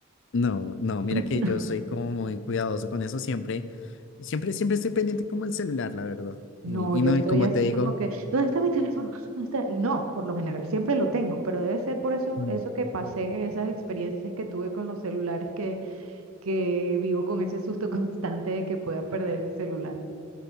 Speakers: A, on the left; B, on the right.
A: No, no,
B: <laughs>
A: mira que yo soy como muy cuidadoso con eso. Siempre, siempre, siempre estoy pendiente como el celular, la verdad.
B: No,
A: Y,
B: no, yo
A: y no,
B: estoy
A: y como
B: así
A: te digo.
B: como que, ¿dónde está mi teléfono? ¿Dónde está? Y no, por lo general siempre lo tengo, pero debe ser por eso,
A: mm,
B: eso que pasé, esas experiencias que tuve con los celulares, que, que vivo con ese susto <laughs> constante de que pueda perder el celular.